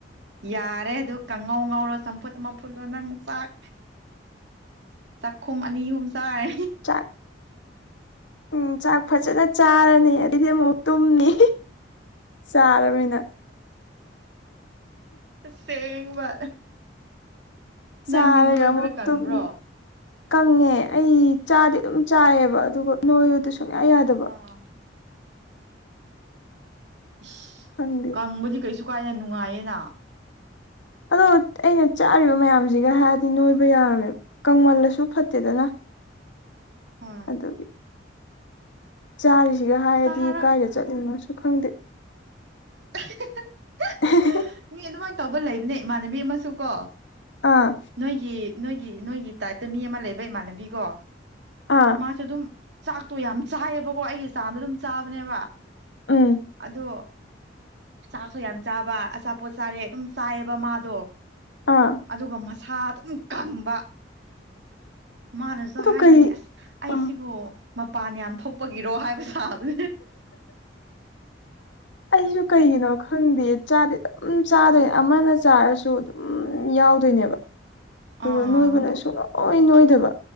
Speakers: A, on the right (about 65°); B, on the left (about 85°).
A: ꯌꯥꯔꯦ ꯑꯗꯨ ꯀꯥꯡꯉꯧ ꯉꯧꯔꯣ ꯆꯝꯐꯨꯠ ꯃꯝꯐꯨꯠꯂꯣ ꯅꯪ ꯆꯥꯛ ꯆꯥꯛꯈꯨꯝ ꯑꯅꯤ ꯑꯍꯨꯝ ꯁꯥꯏ
B: ꯆꯥꯛ <inaudible> ꯎꯝ ꯆꯥꯛ ꯐꯖꯅ ꯆꯥꯔꯅꯤ ꯑꯗꯨꯏꯗꯤ ꯑꯃꯨꯛ ꯇꯨꯝꯅꯤ ꯆꯥꯔꯕꯔꯕꯃꯤꯅ
A: ꯁꯦꯡ ꯃꯥ
B: ꯆꯥꯔꯒ
A: ꯅꯪꯗꯤ ꯅꯣꯏꯕ꯭ꯔꯥ
B: ꯑꯃꯨꯛ
A: ꯀꯪꯕ꯭ꯔꯣ
B: ꯇꯨꯝ ꯀꯪꯉꯦ ꯑꯩ ꯆꯥꯗꯤ ꯑꯗꯨꯝ ꯆꯥꯏꯑꯕ ꯑꯗꯨꯒ ꯅꯣꯏꯔꯨꯗ ꯁꯨꯡꯌꯥ ꯌꯥꯗꯕ
A: ꯑꯥ ꯏꯁ
B: ꯈꯪꯗꯦ
A: ꯀꯪꯕꯨꯗꯤ ꯀꯩꯁꯨ ꯀꯥꯏꯅ ꯅꯨꯡꯉꯥꯏꯌꯦꯅ
B: ꯑꯗꯨ ꯑꯩꯅ ꯆꯥꯔꯤꯕ ꯃꯌꯥꯝꯁꯤꯒ ꯍꯥꯏꯔꯗꯤ ꯅꯣꯏꯕ ꯌꯥꯔꯔꯣꯏꯕ ꯀꯪꯃꯜꯂꯁꯨ ꯐꯠꯇꯦꯗꯅ
A: ꯍꯣꯏ
B: ꯑꯗꯨꯒꯤ
A: <inaudible>
B: ꯆꯥꯔꯤꯁꯤꯒ ꯍꯥꯏꯔꯗꯤ
A: ꯆꯥꯔꯒ
B: ꯀꯥꯏꯗ ꯆꯠꯂꯤꯅꯣꯁꯨ ꯈꯪꯗꯦ
A: <unintelligible> <inaudible>
B: ꯑꯦ ꯍꯦ ꯍꯦꯍꯦ
A: ꯃꯤ ꯑꯗꯨꯃꯥꯏꯟ ꯇꯧꯕ ꯂꯩꯕꯅꯦ ꯏꯃꯥꯟꯅꯕꯤ ꯑꯃꯁꯨ ꯀꯣ
B: ꯑꯥ
A: ꯅꯣꯏꯒꯤ ꯅꯣꯏꯒꯤ ꯅꯣꯏꯒꯤ ꯇꯥꯏꯞꯇ ꯃꯤ ꯑꯃ ꯂꯩꯕ ꯏꯃꯥꯟꯅꯕꯤꯀꯣ
B: ꯑꯥ
A: ꯃꯥꯁꯨ ꯑꯗꯨꯝ ꯆꯥꯛꯇꯣ ꯌꯥꯝ ꯆꯥꯏꯌꯦꯕꯀꯣ ꯑꯩꯒꯤ ꯆꯥꯝꯗ ꯑꯗꯨꯝ ꯆꯥꯕꯅꯦꯕ
B: ꯎꯝ
A: ꯑꯗꯣ ꯆꯥꯛꯁꯨ ꯌꯥꯝ ꯆꯥꯕ ꯑꯆꯥꯄꯣꯠ ꯆꯥꯔꯦ ꯑꯗꯨꯝ ꯆꯥꯏꯌꯦꯕ ꯃꯥꯗꯣ
B: ꯑꯥ
A: ꯑꯗꯨꯒ ꯃꯁꯥ ꯑꯗꯨꯝ ꯀꯪꯕ ꯃꯥꯅꯁꯨ
B: ꯑꯗꯨ
A: ꯍꯥꯏꯔꯤꯅꯤ
B: ꯀꯩ
A: ꯑꯁ ꯑꯩꯁꯤꯕꯨ
B: ꯑꯥ
A: ꯃꯄꯥꯟ ꯌꯥꯝ ꯊꯣꯛꯄꯒꯤꯔꯣ ꯍꯥꯏꯕ ꯁꯥꯥꯕꯦ
B: ꯑꯩꯁꯨ ꯀꯩꯒꯤꯅꯣ ꯈꯪꯗꯦ ꯆꯥꯗꯤ ꯑꯗꯨꯝ ꯆꯥꯗꯣꯏ ꯑꯃꯅ ꯆꯥꯔꯁꯨ ꯑꯗꯨꯝ ꯌꯥꯎꯗꯣꯏꯅꯦꯕ ꯑꯗꯨꯒ
A: ꯑꯥ
B: ꯅꯣꯏꯕꯨꯅ ꯁꯨꯛꯅꯣ ꯍꯣꯏ ꯅꯣꯏꯗꯕ